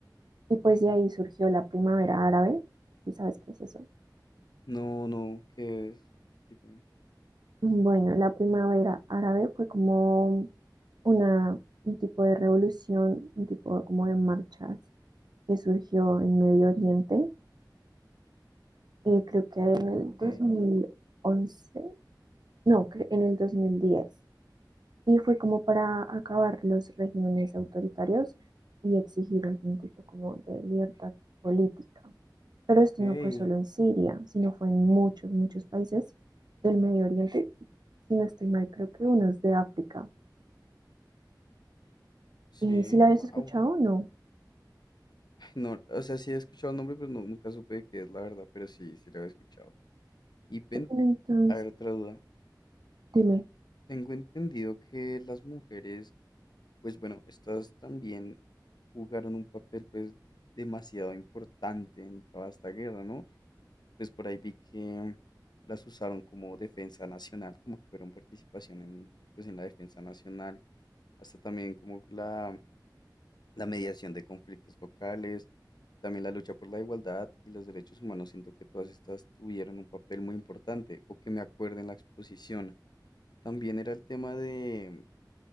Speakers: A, on the right; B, on the left.
A: y pues de ahí surgió la primavera árabe. ¿Y sabes qué es eso?
B: No, no, ¿qué es? Explícame.
A: Bueno, la primavera árabe fue como una, un tipo de revolución, un tipo como de marchas que surgió en Medio Oriente eh, creo que en
B: Ok,
A: el dos mil once no, cre- en el dos mil diez Y fue como para acabar los regímenes autoritarios y exigir algún tipo como de libertad política. Pero esto
B: ok.
A: no fue solo en Siria, sino fue en muchos, muchos países del Medio Oriente. Si no estoy mal, creo que unos de África.
B: Sí,
A: Eh, si la habías
B: wow.
A: escuchado, no.
B: No, o sea, sí he escuchado el nombre, pero no- nunca supe de qué es la verdad, pero sí, sí lo había escuchado. Y ven,
A: Bueno, Entonces,
B: a ver, otra duda.
A: dime.
B: Tengo entendido que las mujeres, pues bueno, estas también jugaron un papel pues demasiado importante en toda esta guerra, ¿no? pues por ahí vi que las usaron como defensa nacional, como que fueron participación en, pues en la defensa nacional, hasta también como la, la mediación de conflictos locales, también la lucha por la igualdad y los derechos humanos, siento que todas estas tuvieron un papel muy importante, o que me acuerdo en la exposición. También era el tema de,